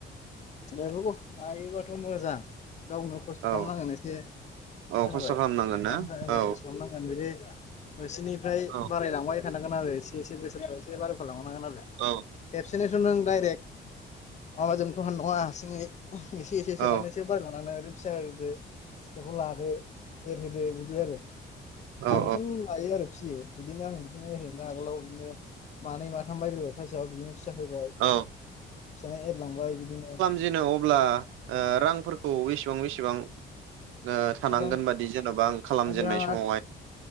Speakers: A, on the left (about 35°); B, on the right (about 80°).
A: बेफोरखौ हायोबाथ' मोजां गावनो खस्थ'
B: औ
A: खालामनांगोन एसे
B: औ
A: खोनाबाय
B: खस्थ' खालामनांगोन ना
A: <inaudible> जेरै
B: औ
A: नोंसोरनिफ्राय
B: औ
A: बारायलांबाय थानांगोन आरो एसे एसे बोसोरफ्राव एसे बाराय <inaudible> लांनांगोन
B: औ
A: आरो <unintelligible> माबाजों अङा हारसिङै एसे एसे
B: औ
A: सोनानै एसे बाराय लांनो आरो फिसा दो <unintelligible> लादो एरहोदो बिदि आरो
B: औ
A: आंबोथ'
B: औ
A: लायो आरो फिसियो बिदिनो आं बिदिनो एरहोयोमोन आगोलाव बिदिनो मानै माथाम बायग्रोबाय फारस्ट आव बिदिनो फिसा होबाय
B: औ
A: फिसाया एरलांबाय बिदिनो
B: दिन अब्ला ओ रांफोरखौ एसेबां बेसेबां ओ थानांगोन
A: रां
B: बादि जेन'बा आं खालामजेननाय
A: राङा
B: समावहाय